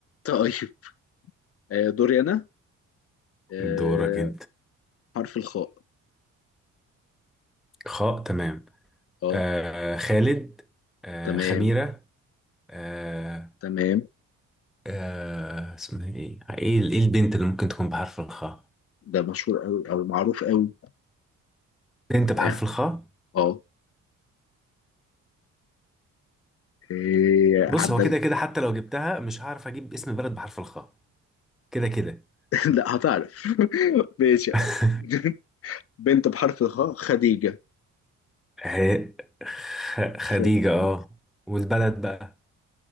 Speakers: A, on the left (about 50°); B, in the centre.
A: طيب آه، دوري انا آه،
B: دورك انت
A: حرف الخاء
B: خاء تمام
A: اه
B: آه خالد آه
A: تمام
B: خميرة آه
A: تمام
B: آه اسمها ايه ايه ايه البنت اللي ممكن تكون بحرف الخاء
A: ده مشهور قوي او معروف قوي
B: بنت بحرف
A: اه
B: الخاء
A: آه. إيه
B: بص
A: عدل
B: هو كده كده حتى لو جبتها مش هعرف اجيب اسم بلد بحرف الخاء كده كده
A: <laughs> لا هتعرف <laughs> ماشي
B: <laughs>
A: <laughs> بنت بحرف الخاء خديجة
B: هي خ- خديجة
A: خديجة
B: اه والبلد بقى